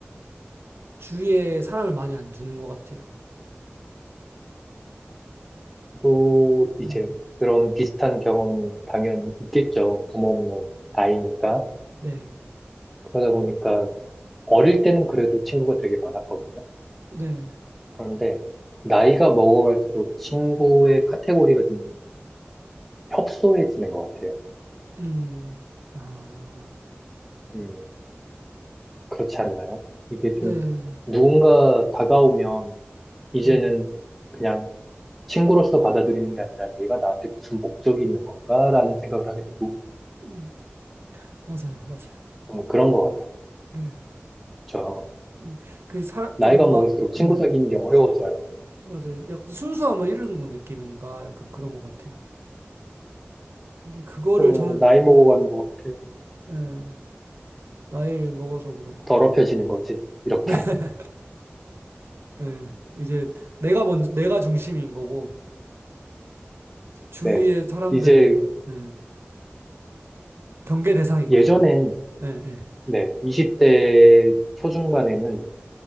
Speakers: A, on the right (about 65°); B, in the centre.
A: 주위에 사람을 많이 안 두는 것 같아요.
B: 또 이제
A: 음,
B: 그런 비슷한 경험이 당연히 있겠죠. 부모 없는 아이니까.
A: 네,
B: 그러다 보니까 어릴 때는 그래도 친구가 되게 많았거든요.
A: 네,
B: 그런데 나이가 먹어갈수록 친구의 카테고리가 좀 협소해지는 것 같아요.
A: 음, 아,
B: 음, 그렇지 않나요? 이게
A: 네,
B: 좀 누군가 다가오면 이제는
A: 음,
B: 그냥 친구로서 받아들이는 게 아니라 얘가 나한테 무슨 목적이 있는 건가라는 생각을 하게 되고
A: 음, 맞아요, 맞아요.
B: 좀 그런 것
A: 네,
B: 같아요.
A: 음, 그 사람,
B: 나이가
A: 좀 뭔가,
B: 먹을수록 친구
A: 예.
B: 사귀는 게 어려워져요.
A: 맞아요. 약간 순수함을 잃은 건 느낌인가? 약간 그런 것 같아요. 근데 그거를
B: 또
A: 저는,
B: 나이 먹어가는
A: 예,
B: 것 같아요.
A: 예, 나이를 먹어서 그런 건가?
B: 더럽혀지는 거지, 이렇게.
A: <laughs> 예, 이제 내가 먼저, 내가 중심인 거고, 주위의
B: 네.
A: 사람들은,
B: 이제
A: 예, 경계 대상인
B: 예전엔,
A: 거죠. 예, 예.
B: 네, 20대 초중반에는,